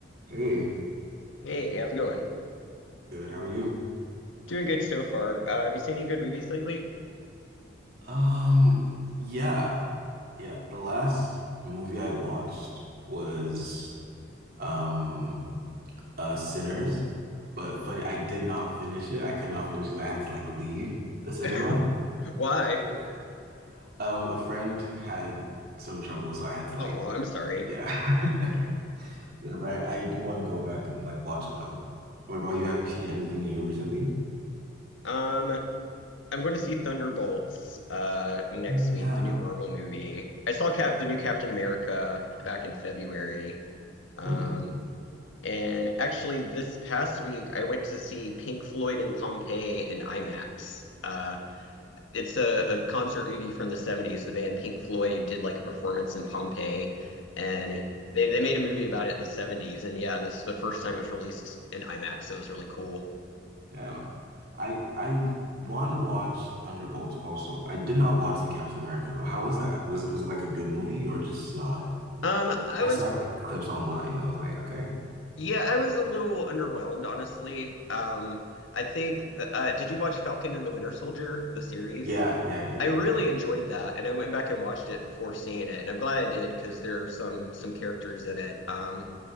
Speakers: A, on the right; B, on the left.
A: Hey,
B: Hey, hey, how's it going?
A: good. How are you?
B: Doing good so far. Uh, have you seen any good movies lately?
A: Um, yeah. Yeah, the last movie I watched was um uh Sinners. But funny, I did not finish it. I could not finish because I had to like leave the cinema.
B: <laughs> Why?
A: But yeah. Um, a friend had some trouble, so I had to like
B: Oh, I'm sorry.
A: yeah. <laughs> Yeah, but I, I do want to go back and like watch it though. What about you? Have you seen anything new recently?
B: Um, I'm going to see Thunderbolts uh next
A: Oh yeah.
B: week, the new Marvel movie. I saw Cap the new Captain America back in February. Um,
A: Hmm.
B: and actually this past week I went to see Pink Floyd and Pompeii in IMAX. Uh, it's a, a concert movie from the 70s. The band Pink Floyd did like a performance in Pompeii and they, they made a movie about it in the 70s. And yeah, this is the first time it was released in IMAX. It was really cool.
A: Damn. I I want to watch Thunderbolts also. I did not watch the Captain America though. How was that? Was it was it like a good movie or just not?
B: Um, I
A: I
B: was,
A: saw like clips online. I was like, okay.
B: yeah, I was a little underwhelmed, honestly. Um, I think the, uh, did you watch Falcon and the Winter Soldier, the series?
A: Yeah, yeah, I did.
B: I really
A: Yeah. I did.
B: enjoyed that, and I went back and watched it before seeing it, and I'm glad I did because there are some some characters in it. Um,